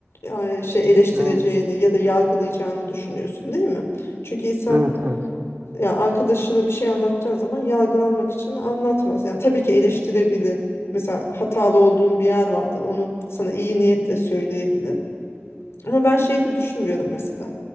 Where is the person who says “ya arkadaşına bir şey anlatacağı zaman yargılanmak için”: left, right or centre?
Left